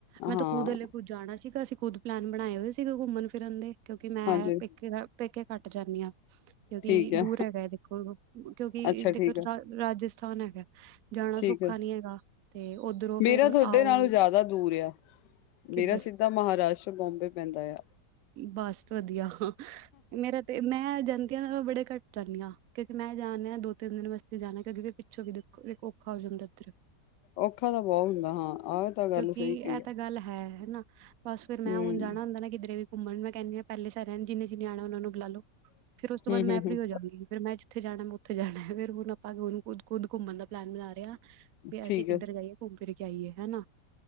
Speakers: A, on the right (about 70°); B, on the left (about 85°).
A: ਮੈਂ
B: ਹਾਂ
A: ਤਾਂ ਖੁਦ ਹਲੇ ਖੁਦ ਜਾਣਾ ਸੀਗਾ, ਅਸੀਂ ਖੁਦ ਪਲੈਨ ਬਣਾਏ ਹੋਏ ਸੀਗੇ, ਘੁੰਮਣ ਫਿਰਨ ਦੇ। ਕਿਉਂਕਿ ਮੈਂ
B: ਹਾਂਜੀ
A: ਪੇਕੇ ਦਾ ਪੇਕੇ ਘੱਟ ਜਾਨੀ ਆਂ। ਕਿਉਂਕਿ
B: ਠੀਕ ਹੈ
A: ਦੂਰ ਹੈਗਾ ਦੇਖੋ ਉਰੋਂ, ਕਿਉਂਕਿ
B: ਅੱਛਾ
A: ਦੇਖੋ
B: ਠੀਕ ਹੈ
A: ਰਾ ਰਾਜਸਥਾਨ ਹੈਗਾ। ਜਾਣਾ
B: ਠੀਕ
A: ਸੌਖਾ
B: ਹੈ
A: ਨੀ ਹੈਗਾ, ਤੇ ਉੱਧਰੋਂ
B: ਮੇਰਾ
A: ਫੇਰ ਆਓ
B: ਤੁਹਾਡੇ ਨਾਲੋਂ ਜ਼ਿਆਦਾ ਦੂਰ ਆ,
A: ਕਿੱਧਰ
B: ਮੇਰਾ ਸਿੱਧਾ ਮਹਾਰਾਸ਼ਟਰ ਬੋਂਬੇ ਪੈਂਦਾ ਆ।
A: ਬਸ ਵਧੀਆ, ਮੇਰਾ ਤੇ ਮੈਂ ਜਾਂਦੀ ਆਂ ਬੜੇ ਘੱਟ ਜਾਂਨੀ ਆਂ, ਕਿਉਂਕਿ ਮੈਂ ਜਾਣਦੀ ਹਾਂ ਦੋ ਤਿੰਨ ਦਿਨ ਵਾਸਤੇ ਵੀ ਜਾਣਾ, ਕਿਉਂਕਿ ਫਿਰ ਪਿੱਛੋਂ ਵੀ ਦੇਖੋ ਔਖਾ ਹੋ ਜਾਂਦਾ ਫਿਰ।
B: ਔਖਾ ਤਾਂ ਬਹੁਤ ਹੁੰਦਾ ਹਾਂ, ਆਹ ਤਾਂ ਗੱਲ
A: ਕਿਉਂਕਿ
B: ਸਹੀ
A: ਇਹ
B: ਕਹੀ ਆ
A: ਤਾਂ ਗੱਲ ਹੈ ਹਨਾ, ਬਸ ਫੇਰ ਮੈਂ
B: ਹਮ
A: ਹੁਣ ਜਾਣਾ ਹੁੰਦਾ ਨਾ ਕਿਧਰੇ ਵੀ ਮੰਮਾ ਨੂੰ ਮੈਂ ਕਹਿੰਨੀ ਆ, ਪਹਿਲੇ ਸਾਰਿਆਂ ਨੇ ਜਿਨੇ -ਜਿਨੇ ਆਣਾ ਉਹਨਾਂ ਨੂੰ ਬੁਲਾ ਲੋ, ਫਿਰ ਉਸ ਤੋਂ
B: ਹਮ
A: ਬਾਅਦ
B: ਹਮ
A: ਮੈਂ ਫਰੀ
B: ਹਮ
A: ਹੋ ਜਾਂਗੀ। ਫਿਰ ਮੈਂ ਜਿੱਥੇ ਜਾਣਾ ਮੈਂ ਉੱਥੇ ਜਾਣਾ, ਫੇਰ ਹੁਣ ਆਪਾਂ ਖੁਦ- ਖੁਦ ਘੁੰਮਣ ਦਾ ਪਲੈਨ ਬਣਾ ਰਹੇ ਆ। ਵੀ
B: ਠੀਕ
A: ਅਸੀਂ ਕਿੱਧਰ
B: ਹੈ
A: ਗਏ, ਘੁੰਮ ਫਿਰ ਕੇ ਆਈਏ ਹਨਾ।